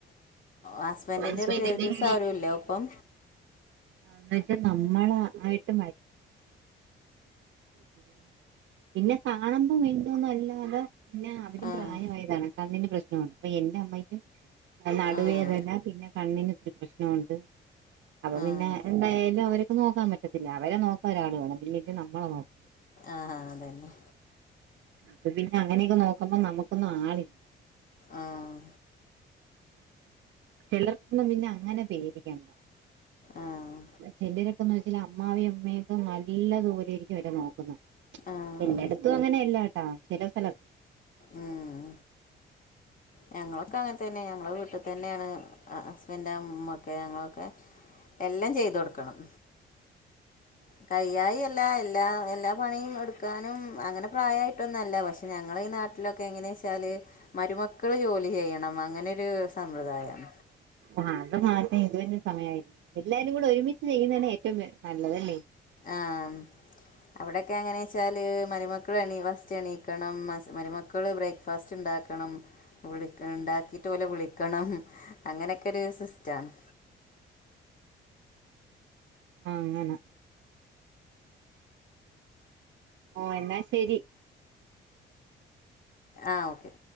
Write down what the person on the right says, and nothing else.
എന്ന്
അന്നിട്ട് നമ്മളായിട്ട് <unintelligible> പിന്നെ കാണുമ്പം മിണ്ടുംന്നല്ലാതെ പിന്നെ അവരും
പ്രായമായതാണ് കണ്ണിന് പ്രശ്നം ആണ് അപ്പൊ എന്റെ അമ്മയ്ക്കും നടുവേതന്ന
പിന്നെ കണ്ണിന് ഒത്തിരി പ്രശ്നംണ്ട് അപ്പൊ
പിന്നെ എന്തായാലും അവർക്ക് നോക്കാൻ പറ്റത്തില്ല അവരെ നോക്കാ ഒരാൾ വേണം പിന്നല നമ്മളെ നോക്ക
അപ്പൊ പിന്നെ അങ്ങനെയൊക്കെ നോക്കുമ്പോ നമ്മുക്കൊന്നും ആളില്ല.
ചെലർക്കൊന്നും പിന്നെ അങ്ങനെ പേരിക്കണ്ട.
ചെല്രെക്കെന്ന് വെച്ചാല് അമ്മായിയ അമ്മയൊക്കെ നല്ലതുലൊയിരിക്കും അവരെ നോക്കുന്നു
എല്ലാര ു അങ്ങനെയല്ലാട്ടാ ചെല സ്ഥലത്ത്
ആഹ് അത് മാറ്റാൻ ഇതുവരെ സമയമായില്ല എല്ലാരും കൂടെ ഒരുമിച്ച് ചെയ്യുന്നതാണ് ഏറ്റവും നല്ലതല്ലേ?
ഉം ഉം ഓഹ് എന്നാ ശരി